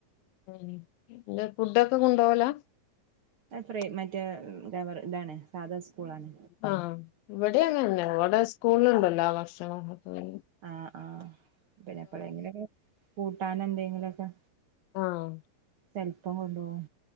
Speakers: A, on the left (about 85°); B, on the right (about 50°).
A: ഉം എന്താ ഫുഡൊക്കെ കൊണ്ടോവലാ
B: അത് പ്രൈ മറ്റേ ഗവർ ഇതാണ് സാധാ സ്കൂളാണ്
A: ആഹ് ഇവടിം അങ്ങനെന്നേ അവടെ സ്കൂള്ല്ണ്ടല്ലോ ഭക്ഷണം ഒക്കെ.
B: ആഹ് ആഹ്. പിന്നെ എപ്പളേങ്കിലൊക്കെ കൂട്ടാന് എന്തേങ്കിലൊക്കെ.
A: ആഹ്
B: ചെല്പം കൊണ്ടോവും.